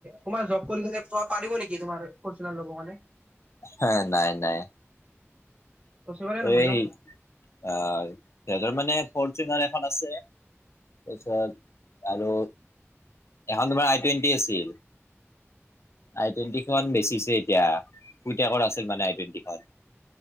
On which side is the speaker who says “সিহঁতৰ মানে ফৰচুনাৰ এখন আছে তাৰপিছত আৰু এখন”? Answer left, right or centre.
Left